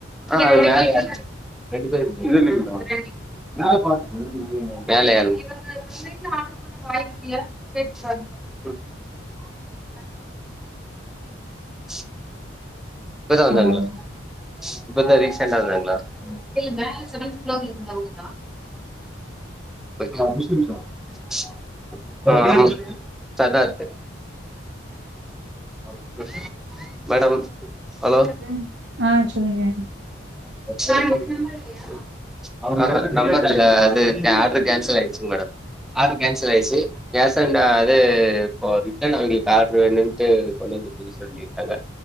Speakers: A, in the centre; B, on the right.
A: ஆ மேல ரெண்டு பேர் மேல மேலயா <unintelligible> ஸ் இப்பதா வந்தாங்களா
B: ஹலோ
A: இப்ப தா ரீசென்டா வந்தாங்ளா இல்ல மேல செவன்த் ஃப்ளோர்ல இருந்தவங்க தா <inaudible> முஸ்லீம்ஸா ஆ பேர் என்ன சொன்னீங்க சதார்த்து <inaudible> மேடம் ஹலோ
B: ம் ஆஹ் சொல்லுங்க
A: <unintelligible> நம்பர் இல்லையா <inaudible> நம்பர் இல்ல அது ஆட்ரு கேன்சலாயிச்சிங் மேடம். ஆட்ரு கேன்சலாயிடிச்சி கேஷ் அன்ட் அது இப்போ ரிட்டன் அவங்களுக்கு ஆட்ரு என்னன்ட்டு கொண்டு வந்து குடுக்க சொல்லிருக்காங்க.